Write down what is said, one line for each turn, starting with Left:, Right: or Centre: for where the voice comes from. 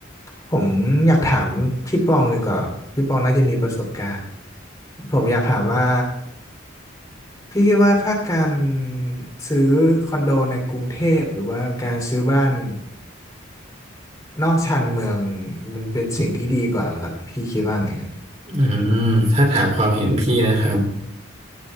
Left: ผมอยากถามพี่ป้องดีกว่าพี่ป้องน่าจะมีประสบการณ์ผมอยากถามว่า พี่คิดว่าถ้าการซื้อคอนโดในกรุงเทพหรือว่าการซื้อบ้านนอกชานเมืองมันเป็นสิ่งที่ดีกว่าเหรอครับพี่คิดว่าไงฮะ
Right: อืมถ้าถามความเห็นพี่นะครับ